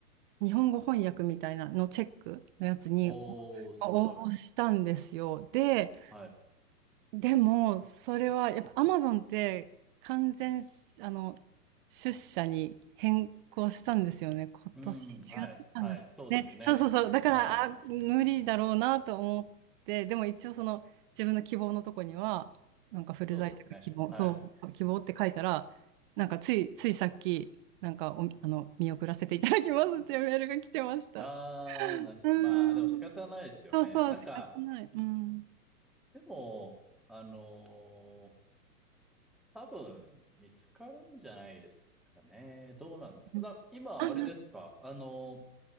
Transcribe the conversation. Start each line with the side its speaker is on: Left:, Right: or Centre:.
Right: 日本語翻訳みたいなのチェックのやつに
Centre: おー、すごい。
Right: 応募したんですよ。で、
Centre: はい。
Right: でも、それは、やっぱアマゾンって完全し、あの、出社に変更したんですよね。今年1月3月。
Centre: うん、はい、はい、
Right: さんがつね、
Centre: そうですね。
Right: そうそうそう。だから、
Centre: はい。
Right: あ、無理だろうなと思って、でも一応その自分の希望のとこには、なんかフル在宅希望、
Centre: そうですね。はい。
Right: そう、希望って書いたら、なんかつい、ついさっき、なんかお、あの、見送らせていただきますっていうメールが来てました。
Centre: ああ、な、
Right: うーん。
Centre: まあ、でも仕方ないですよね。
Right: そうそう、
Centre: なんか、
Right: 仕方ない。うん。
Centre: でも、あのー多分見つかるんじゃないですかね。どうなんですか。
Right: うん
Centre: な、今、
Right: あ、うん。
Centre: あれですか。あのー